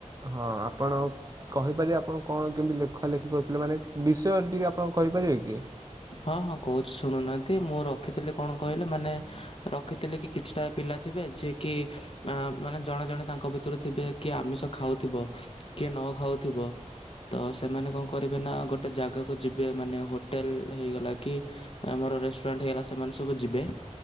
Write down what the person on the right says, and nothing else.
ହଁ ଆପଣ କହିପାରିବେ ଆପଣ କଣ କେମିତି ଲେଖା ଲେଖି କରୁଥିଲେ ମାନେ ବିଷୟ ଟିକେ ଆପଣ କହିପାରିବେ କି?